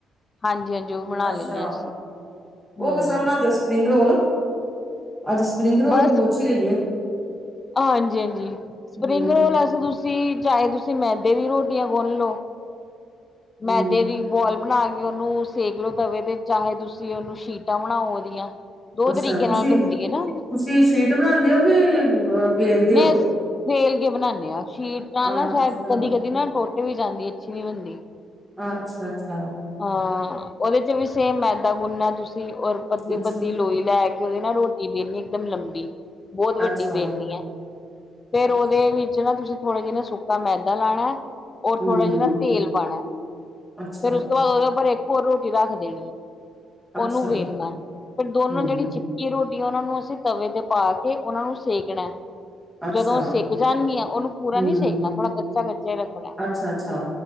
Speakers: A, on the left; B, in the centre.
A: ਹਾਂਜੀ -ਹਾਂਜੀ ਉਹ ਬਣਾ
B: ਅੱਛਾ
A: ਲੈਂਣੇ ਅਸੀਂ
B: ਉਹ
A: ਹੂੰ।
B: ਕਿਸ ਤਰ੍ਹਾਂ ਬਣਾਉਂਦੇ ਹੋ ਸਪਰਿੰਗ ਰੋਲ ਅੱਜ ਸਪਰਿੰਗ ਰੋਲ
A: ਬਸ
B: ਵੀ ਪੁਛ ਲਈਏ।
A: ਹਾਂਜੀ- ਹਾਂਜੀ ਸਪਰਿੰਗ
B: ਹਮ
A: ਰੋਲ ਵਸੇ ਤੁਸੀਂ ਚਾਹੇ ਤੁਸੀਂ ਮੈਦੇ ਦੀ ਰੋਟੀਆਂ ਗੁੰਨ ਲਓ।
B: ਹਮ
A: ਮੈਦੇ ਦੀ ਬੋਲ ਬਣਾ ਕੇ ਉਹਨੂੰ ਸੇਕ ਲਵੋ ਤਵੇ ਤੇ ਚਾਹੇ ਤੁਸੀਂ ਉਹਨੂੰ ਸ਼ੀਟਾਂ ਬਣਾਓ ਉਹਦੀਆਂ ਦੋ
B: ਅੱਛਾ
A: ਤਰੀਕੇ
B: ਤੁਸੀਂ
A: ਨਾਲ ਬਣਦੀ ਹੈ ਨਾ।
B: ਤੁਸੀਂ ਸ਼ੀਟ ਬਣਾਉਂਦੇ ਹੋ ਕਿ ਵੇਲਦੇ
A: ਨਹੀਂ
B: ਹੋ
A: ਵੇਲ ਕੇ ਬਣਾਣੇ ਹਾਂ ਸ਼ੀਟ ਨਾਲ
B: ਅੱਛਾ
A: ਨਾ ਸ਼ਾਇਦ ਕਦੀ- ਕਦੀ ਨਾ ਟੋਟੇ ਵੀ ਜਾਂਦੀ ਅੱਛੀ ਨੀ ਬਣਦੀ।
B: ਅੱਛਾ-ਅੱਛਾ
A: ਅਹ ਉਹਦੇ 'ਚ ਵੀ ਸੇਮ ਮੈਦਾ ਗੁੰਨਾ ਤੁਸੀਂ ਔਰ ਪਤਲੀ-
B: ਅੱਛਾ
A: ਪਤਲੀ ਲੋਈ ਲੈ ਕੇ ਉਹਦੇ ਨਾਲ ਰੋਟੀ ਦੇਣੀ ਇੱਕਦਮ ਲੰਬੀ। ਬਹੁਤ ਵੱਡੀ
B: ਅੱਛਾ
A: ਵੇਲਨੀ ਐ ਫੇਰ
B: ਅੱਛਾ
A: ਉਹਦੇ ਵਿੱਚ ਨਾ ਤੁਸੀਂ ਥੋੜ੍ਹਾ ਜਿਨ੍ਹਾਂ ਸੁੱਕਾ ਮੈਦਾ ਲਾਣਾ ਔਰ
B: ਹਮ
A: ਥੋੜ੍ਹਾ ਜਿਨ੍ਹਾਂ ਤੇਲ ਪਾਉਣਾ।
B: ਅੱਛਾ,
A: ਫੇਰ ਉਸ ਤੋਂ ਬਾਅਦ ਉਹਦੇ ਉੱਪਰ ਇੱਕ ਹੋਰ ਰੋਟੀ ਰੱਖ ਦੇਣੀ। ਉਹਨੂੰ
B: ਅੱਛਾ,
A: ਵੇਲਣਾ ਫੇਰ ਦੋਨੋਂ
B: ਹੂੰ,
A: ਜਿਹੜੀ ਚਿੱ ਕਿ ਰੋਟੀ ਉਹਨਾਂ ਨੂੰ ਅਸੀਂ ਤਵੇ ਤੇ ਪਾ ਕੇ ਉਹਨਾਂ ਨੂੰ ਸੇਕਣਾ।
B: ਅੱਛਾ,
A: ਜਦੋਂ ਸੇਕ ਜਾਣਗੀਆਂ, ਉਹਨੂੰ ਪੂਰਾ
B: ਹੂੰ,
A: ਨਹੀਂ ਸੇਕਣਾ ਥੋੜ੍ਹਾ ਕੱਚਾ-ਕੱਚਾ ਰੱਖਣਾ।
B: ਅੱਛਾ-ਅੱਛਾ,